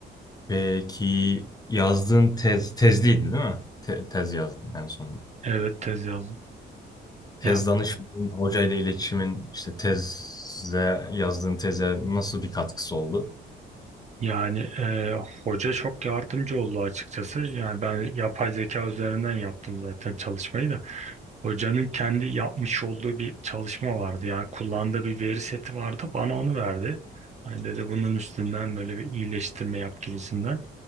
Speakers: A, on the left; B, on the right.
A: Peki yazdığın tez, tezliydi değil mi? Te- tez yazdın en sonunda.
B: Evet tez yazdım.
A: Tez
B: Ya
A: danışmanın, hocayla iletişimin, işte teze, yazdığın teze nasıl bir katkısı oldu?
B: yani e, hoca çok yardımcı oldu açıkçası. Yani ben yapay zeka üzerinden yaptım zaten çalışmayı da. Hocanın kendi yapmış olduğu bir çalışma vardı ya. Kullandığı bir veri seti vardı. Bana onu verdi. Hani dedi bunun üstünden böyle bir iyileştirme yap gibisinden.